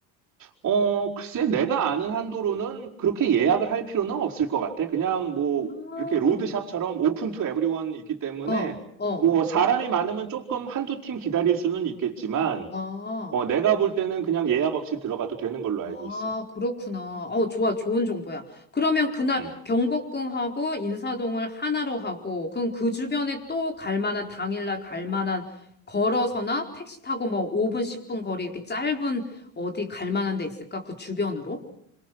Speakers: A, on the right (about 40°); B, on the left (about 25°).
A: 어, 글쎄, 내가 아는 한도로는 그렇게 예약을 할 필요는 없을 것 같아. 그냥 뭐
B: 아,
A: 이렇게 로드샵처럼 오픈 투 에브리원이기 때문에
B: 어, 어,
A: 뭐 사람이 많으면 조금 한두 팀 기다릴 수는 있겠지만
B: 아.
A: 어, 내가 볼 때는 그냥 예약 없이 들어가도 되는 걸로 알고
B: 아,
A: 있어.
B: 그렇구나. 어, 좋아. 좋은 정보야. 그러면 그날
A: 음.
B: 경복궁하고 인사동을 하나로 하고, 그럼 그 주변에 또 갈 만한, 당일날 갈 만한, 걸어서나 택시 타고 뭐 5분, 10분 거리 이렇게 짧은 어디 갈 만한 데 있을까? 그 주변으로?